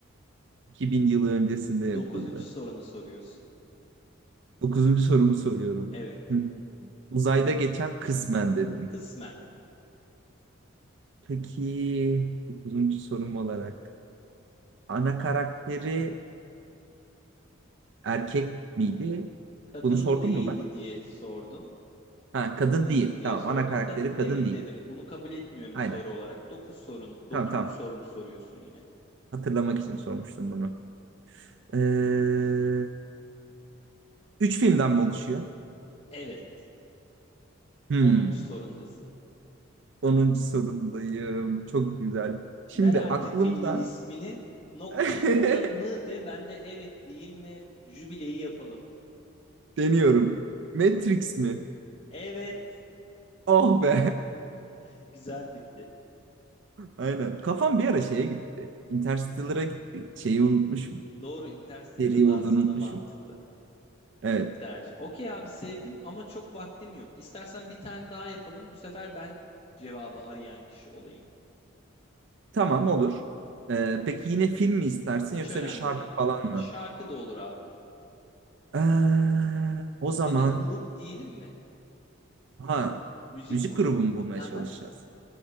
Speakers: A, on the right; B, on the left.
A: 2000 yılı öncesinde yapıldı.
B: Dokuzuncu sorunu soruyorsun.
A: Dokuzuncu sorumu soruyorum.
B: Evet.
A: Hmm. Uzayda geçen kısmen dedim.
B: Kısmen.
A: Peki dokuzuncu sorum olarak ana karakteri erkek miydi?
B: Kadın
A: Bunu sordum
B: değildi
A: mu ben?
B: diye sordun.
A: Ha kadın
B: Kadın mıydı
A: değil.
B: diye
A: Tamam
B: sordun.
A: ana karakteri
B: Kadın
A: kadın
B: değil
A: değil.
B: dedim. Bunu kabul etmiyorum
A: Aynen.
B: soru olarak. Dokuz sorun,
A: Tamam
B: dokuzuncu
A: tamam.
B: sorunu soruyorsun yine.
A: Hatırlamak için sormuştum bunu. Ee, üç filmden mi oluşuyor?
B: Evet.
A: Hmm.
B: Onuncu sorundasın.
A: Onuncu sorumdayım. Çok güzel. Şimdi
B: Ver artık
A: aklımda
B: filmin ismini. Nokta
A: <laughs>
B: nokta mı de ben de evet diyeyim ve jübileyi yapalım.
A: Deniyorum. Matrix mi?
B: Evet.
A: Oh be.
B: <laughs> Güzel bitti.
A: <laughs> Aynen. Kafam bir ara şeye gitti. Interstellar'a gitti. Şeyi unutmuşum.
B: Doğru Interstellar
A: Seri olduğunu
B: da aslında
A: unutmuşum.
B: mantıklı
A: Evet.
B: bir tercih. Okey abi sevdim ama çok vaktim yok. İstersen bir tane daha yapalım. Bu sefer ben cevabı arayan kişi olayım.
A: Tamam olur. Ee, peki yine film mi istersin
B: Hiç
A: yoksa
B: önemli
A: bir şarkı
B: değil.
A: falan
B: Hiç
A: mı?
B: şarkı da olur abi.
A: Ee, o zaman
B: Ya da grup diyelim mi?
A: ha
B: Müzik
A: müzik
B: grubu.
A: grubu mu bulmaya
B: Haha.
A: çalışacağız?